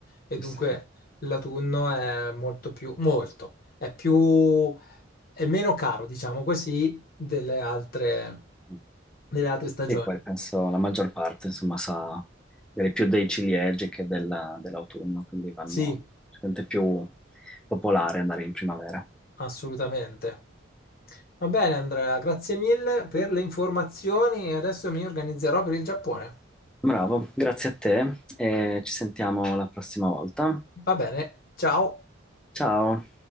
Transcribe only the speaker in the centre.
sì,
sì.
Mm.
E poi penso la maggior parte, insomma, sa dire più dei ciliegi che della- dell'autunno, quindi vanno
sicuramente più popolare andare in primavera.
Bravo, grazie a te e ci sentiamo la prossima volta.
Ciao.